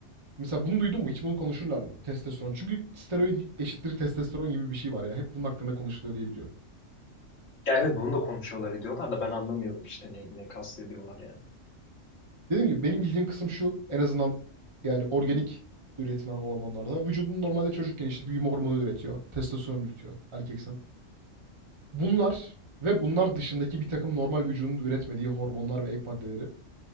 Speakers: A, on the right; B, on the left.
A: Mesela bunu duydun mu? Hiç bunu konuşurlar mı? Testosteron. Çünkü steroid eşittir testosteron gibi bir şey var ya. Hep bunun hakkında konuşuluyor diye biliyorum.
B: Ya evet bunu da konuşuyorlar ediyorlar da ben anlamıyorum işte ne, ne kastediyorlar yani.
A: Dediğim gibi benim bildiğim kısım şu. En azından yani organik üretilen hormonlarda. Vücudun normalde çocukken işte büyüme hormonu üretiyor. Testosteron üretiyor erkeksen. Bunlar ve bunlar dışındaki bir takım normal vücudun üretmediği hormonlar ve ek maddeleri